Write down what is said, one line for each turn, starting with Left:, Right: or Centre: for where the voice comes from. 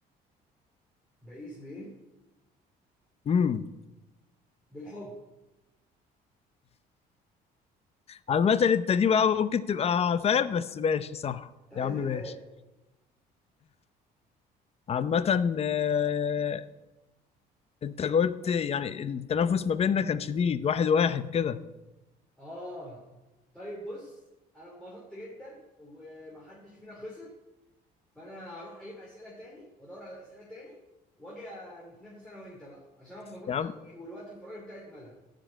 Centre: بقيس بايه
Left: امم
Centre: بالحب
Left: عامة انت دي بقى ممكن تبقى فاهم بس ماشي صح
Centre: انت عايز
Left: يا عم
Centre: ايه
Left: ماشي عامة آه انت جاوبت يعني التنافس ما بيننا كان شديد واحد واحد كده
Centre: اه طيب بص انا انبسطت جدا ومحدش فينا خسر فانا هروح اجيب اسئله تاني وادور على اسئله تاني واجي نتنافس انا وانت بقى عشان انا انبسطت
Left: يا عم
Centre: قوي والوقت الفراغ بتاعي اتملى